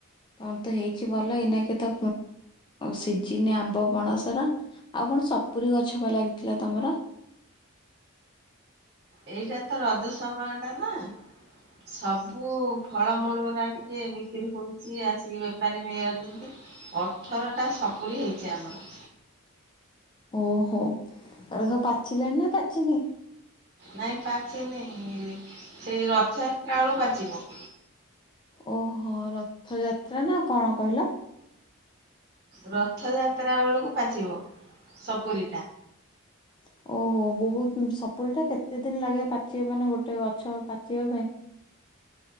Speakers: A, on the left; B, on the right.
A: ଅନ୍ତ ତ ହେଇଛି ଭଲ ଏଇନାକେ ତ ସିଝିନି ଆମ୍ବ ପଣସର। ଆଉ କଣ ସପୁରୀ ଗଛ ଲାଗିଥିଲା ତମର?
B: ଏଇଟା ତ ରଜ ସମୟ ଟା ନାଁ। ସବୁ ଫଳମୂଳ ଓରା ଟିକେ ବିକ୍ରି ହଉଚି ଆସିକି ବେପାରୀ ନେଇଯାଉଛନ୍ତି। ଅଠର ଟା ସପୁରୀ ହେଇଚି ଆମର।
A: ଓହୋ ଆ ସବୁ ପାଚିଲାଣି ନାଁ ପାଚିନି?
B: ନାଇଁ ପାଚିନି ସେଇ ରଥଯାତ୍ରା ବେଳୁ ପାଚିବ।
A: ଓହୋ ରଥଯାତ୍ରା ନାଁ କଣ କହିଲ?
B: ରଥଯାତ୍ରା ବେଳକୁ ପାଚିବ ସପୁରୀଟା।
A: <inaudible> ଓହୋ ବହୁତ୍ ସପୁୁରୀଟା କେତେ ଦିନ ଲାଗେ ପାଚିବା ମାନେ ଗୋଟେ ଗଛ ପାଚିବା ପାଇଁ?